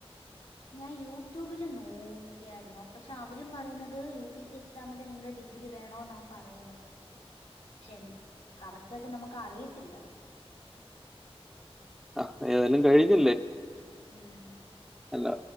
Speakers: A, on the left; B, in the centre.
A: ഞാൻ യൂട്യൂബില് നോക്കിയായ്ര്ന്നു പക്ഷെ അവരും പറയുന്നത് യു പി സി എക്സാമിന് നിങ്ങക്ക് ഡിഗ്രി വേണോന്നാ പറയുന്ന് പക്ഷെ എന്താ കറക്റ്റായിട്ട് നമ്മക്ക് അറിയത്തില്ല
B: ആഹ് ഏതായാലും കഴിഞ്ഞില്ലേ?
A: ഉം
B: അല്ലാ